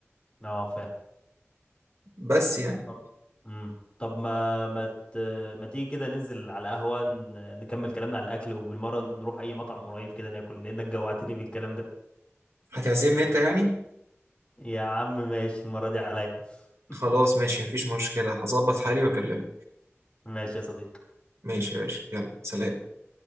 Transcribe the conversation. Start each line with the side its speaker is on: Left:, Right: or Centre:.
Left: اه فاهم
Right: بس يعني
Left: طب امم طب ما ما ت... ما تيجي كده ننزل على القهوه ن... نكمل كلامنا على الاكل وبالمره نروح اي مطعم قريب كده ناكل لانك جوعتني بالكلام ده
Right: هتعزمني انت يعني
Left: يا عم ماشي المره دي عليا <laughs>
Right: خلاص ماشي مفيش مشكلة هظبط حالي واكلمك
Left: ماشي يا صديقي
Right: ماشي يا باشا يلا سلام